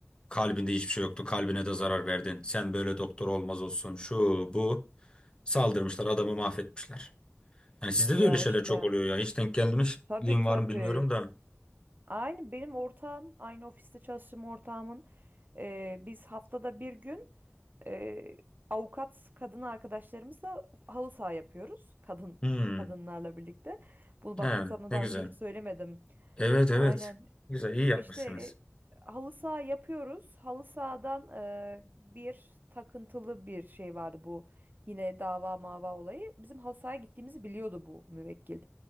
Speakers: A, on the left; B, on the right.
A: kalbinde hiçbir şey yoktu. Kalbine de zarar verdin. Sen böyle doktor olmaz olsun. Şu bu saldırmışlar adamı mahvetmişler. Hani sizde
B: ya
A: de öyle şeyler
B: işte.
A: çok oluyor ya. Hiç denk gelmişliğim
B: Tabii tabii.
A: var mı bilmiyorum da.
B: Aynı benim ortağım, aynı ofiste çalıştığım ortağımın e, biz haftada bir gün e, avukat kadın arkadaşlarımızla halı saha yapıyoruz. Kadın
A: Hmm.
B: kadınlarla birlikte. Bunu bak
A: He,
B: hiç sana
A: ne
B: daha
A: güzel.
B: önce hiç söylemedim.
A: Evet evet.
B: Aynen.
A: Güzel iyi yapmışsınız.
B: İşte e, halı saha yapıyoruz. Halı sahadan e, bir takıntılı bir şey vardı bu. Yine dava mava olayı. Bizim halı sahaya gittiğimizi biliyordu bu müvekkil.